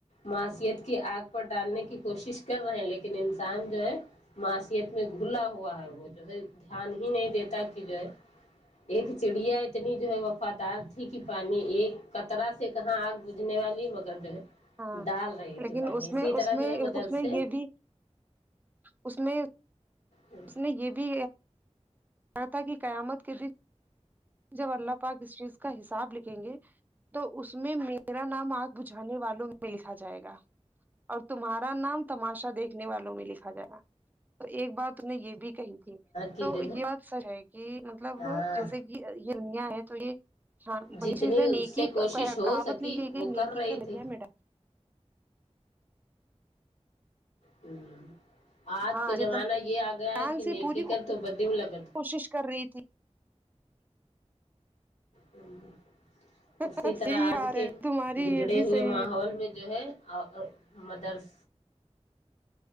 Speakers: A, on the left; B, on the right.
A: معاشیت کی آگ پر ڈالنے کی کوشش کر رہے ہیں لیکن انسان جو ہے معاشیت میں گھلا ہوا ہے وہ جو ہے دھیان ہی نہیں دیتا کہ جو ہے ایک چڑیا اتنی جو ہے وفادار کی پانی ایک قطرہ سے کہاں آگ بجھنے والی مگر جو ہے
B: ہاں
A: ڈال رہی
B: لیکن
A: تھی پانی
B: اس
A: اسی
B: میں اس
A: طرح جو
B: میں
A: ہے مدرسے
B: اس میں یہ بھی اس میں
A: ہوں
B: اس میں یہ بھی کہا تھا کی قیامت کے دن جب اللہ پاک اس چیز کا حساب لکھیں گے تو اس میں میرا نام آگ بجھانے والوں میں لکھا جائے گا اور تمہارا نام تماشا دیکھ نے والوں میں لکھا جانا تو ایک بات نے یہ بھی کہی
A: کی
B: تو
A: جو
B: یہ
A: ہے
B: بات سچ ہے کہ مطلب
A: ہاں
B: جیسے کہ یہ دنیا ہے تو یہ ہاں وہی
A: جتنی
B: چیزیں
A: اس
B: نیکی
A: سے کوشش
B: کا
A: ہو
B: کہاوت
A: سکی
B: نہیں گئی گئی
A: وہ
B: نیکی
A: رہی
B: کر
A: تھی
B: دریا میں ڈال
A: ہون آج
B: ہاں
A: تو
B: جان
A: زمانہ یہ آ گیا ہے کہ
B: سے
A: نیکی
B: پوری
A: کر تو بدیم لگا
B: کوشش کر رہی تھی
A: ہون اسی
B: سب
A: طرح
B: صحیح
A: آج
B: بات
A: کے
B: ہے تمہاری
A: بگڑے
B: یہ بھی
A: ہوئے
B: صحیح
A: ماحول میں جو ہے ا اؤ مدرس